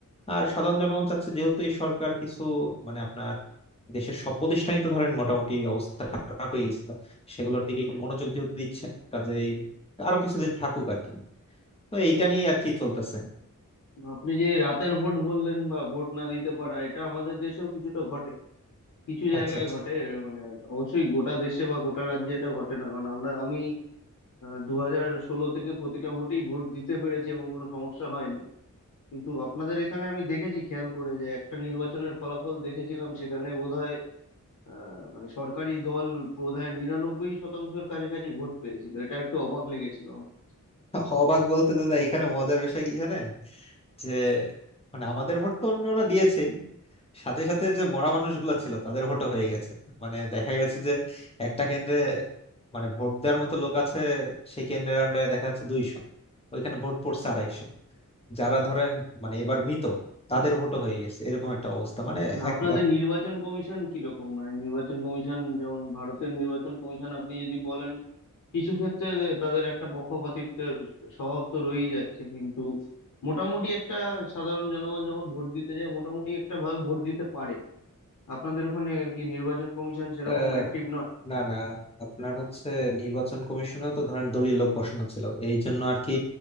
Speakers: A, on the left; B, on the left.
A: আর সাধারণ জনগণ চাচ্ছে যেহেতু এই সরকার কিছু মানে দেশের সব প্রতিষ্ঠানই তো ধরেন মোটামুটি অবস্থা খারাপ হয়ে গেছিল সেগুলোর দিকে একটু মনোযোগ যেহেতু দিচ্ছেন কাজেই আরো কিছুদিন থাকুক আর কি তো এইটা নিয়ে আর কি চলতেছে
B: আপনি যে এই রাতের ভোট বললেন বা ভোট না দিতে পারা এটা আমাদের দেশেও কিছুটা ঘটে কিছু জায়গায়
A: আচ্ছা আচ্ছা
B: ঘটে এর মানে অবশ্যই গোটা দেশে বা গোটা রাজ্যে এটা ঘটে না কারণ আমরা আমি দু হাজার ষোলো থেকে প্রতিটা ভোটেই ভোট দিতে পেরেছি এবং কোনো সমস্যা হয়নি কিন্তু আপনাদের এখানে আমি দেখেছি খেয়াল করে যে একটা নির্বাচনের ফলাফল দেখেছিলাম সেখানে বোধহয় আহ মানে সরকারি দল বোধহয় নিরানব্বই শতাংশের কাছাকাছি ভোট পেয়েছিল এটা একটু অবাক লেগেছিল আমার।
A: অবাক বলতে দাদা এখানে মজার বিষয় কি জানেন যে মানে আমাদের ভোট তো অন্যরা দিয়েছেই সাথে সাথে যে মরা মানুষগুলো ছিল তাদের ভোটও হয়ে গেছে মানে দেখা গেছে যে একটা কেন্দ্রে মানে ভোট দেওয়ার মতো লোক আছে সেই কেন্দ্রের আন্ডারে দেখা যাচ্ছে দুইশো ওইখানে ভোট পড়ছে আড়াইশো যারা ধরেন মানে এবার মৃত তাদের ভোটও হয়ে গেছে এরকম একটা অবস্থা মানে
B: না
A: এক
B: আপনাদের নির্বাচন কমিশন কিরকম মানে নির্বাচন কমিশন যেমন ভারতের নির্বাচন কমিশন আপনি যদি বলেন কিছু ক্ষেত্রে তাদের একটা পক্ষপাতিত্বের স্বভাব তো রয়েই যাচ্ছে কিন্তু মোটামুটি একটা সাধারণ জনগণ যখন ভোট দিতে যায় মোটামুটি একটা ভাবে ভোট দিতে পারে আপনাদের ওখানে কি নির্বাচন কমিশন সেরকম
A: আহ,
B: অ্যাক্টিভ
A: না না আপনার হচ্ছে নির্বাচন কমিশনেও তো ধরেন দলীয় লোক বসানো ছিল এই জন্য আর কি